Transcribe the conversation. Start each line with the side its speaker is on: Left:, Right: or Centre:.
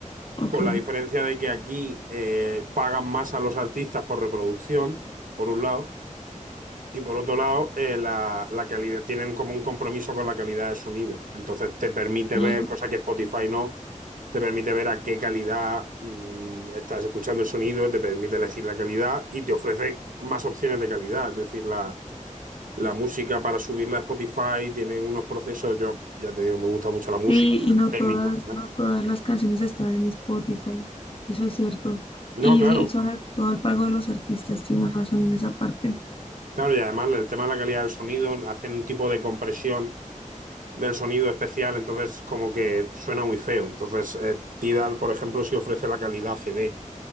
Left: Ok.
Right: con la diferencia de que aquí eh, pagan más a los artistas por reproducción, por un lado Y por otro lado, eh, la, la calidad, tienen como un compromiso con la calidad de sonido. Entonces te permite
Left: Ah,
Right: ver, cosa que Spotify no, te permite ver a qué calidad mm, estás escuchando el sonido, te permite elegir la calidad y te ofrece más opciones de calidad. Es decir, la, la música para subirla a Spotify tiene unos procesos, yo ya te digo, me gusta mucho la música,
Left: sí, y no
Right: el técnico.
Left: todas,
Right: y
Left: no todas las canciones están en Spotify. Eso es cierto.
Right: No,
Left: Y
Right: claro,
Left: sobre todo el pago de los artistas, tienes razón en esa parte.
Right: claro, y además el tema de la calidad del sonido, hacen un tipo de compresión del sonido especial, entonces como que suena muy feo. Entonces, eh, Tidal, por ejemplo, sí ofrece la calidad CD.